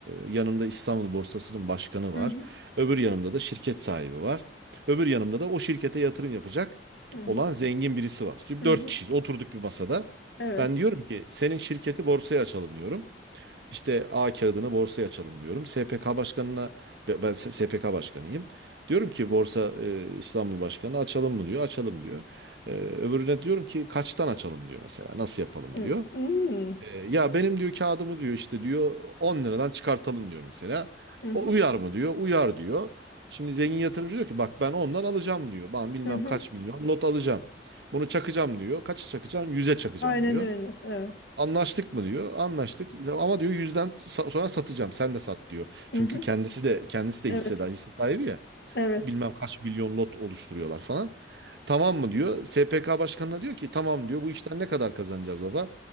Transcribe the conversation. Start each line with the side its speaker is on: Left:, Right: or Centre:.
Right: E, yanımda İstanbul Borsası'nın başkanı
Left: Hı
Right: var.
Left: hı.
Right: Öbür yanımda da şirket sahibi var. Öbür yanımda da o şirkete yatırım yapacak
Left: Hı hı.
Right: olan zengin birisi var. Şimdi
Left: Hı
Right: dört
Left: hı.
Right: kişiyiz. Oturduk bir masada.
Left: Evet.
Right: Ben diyorum ki senin şirketi borsaya açalım diyorum. İşte A kağıdını borsaya açalım diyorum. SPK başkanına be- ben S- SPK başkanıyım. Diyorum ki Borsa e, İstanbul Başkanı açalım mı diyor. Açalım diyor. E, öbürüne diyorum ki kaçtan açalım diyor mesela. Nasıl yapalım
Left: Hı
Right: diyor.
Left: hı.
Right: E, ya benim diyor kağıdımı diyor işte diyor 10 liradan çıkartalım diyor mesela.
Left: Hı hı.
Right: O uyar mı diyor. Uyar diyor. Şimdi zengin yatırımcı diyor ki bak ben ondan alacağım diyor. Ben bilmem
Left: Hı hı.
Right: kaç milyon not alacağım. Bunu çakacağım diyor. Kaça çakacağım? 100'e çakacağım
Left: Aynen
Right: diyor.
Left: öyle. Evet.
Right: Anlaştık mı diyor. Anlaştık. Tamam Ama diyor yüzden sa- sonra satacağım. Sen de sat diyor. Çünkü
Left: Hı hı.
Right: kendisi de kendisi de
Left: Evet.
Right: hissedar, hisse sahibi ya.
Left: Evet.
Right: Bilmem kaç milyon lot oluşturuyorlar falan. Tamam mı diyor. SPK başkanına diyor ki tamam diyor. Bu işten ne kadar kazanacağız baba?